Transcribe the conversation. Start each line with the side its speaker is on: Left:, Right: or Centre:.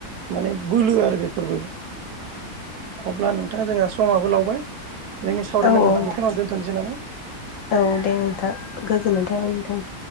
Right: माने बोलो आरो बेफोरबो अब्ला नोंथांा <unintelligible> जोंहा समाबो लावबाय जोंनि सावरायनांगौखौ
Left: औ
Right: बेखौनो आं दोनथ'नोसै नामा
Left: औ दे नोंथां गोजोननाय थाबाय नोंथां इउ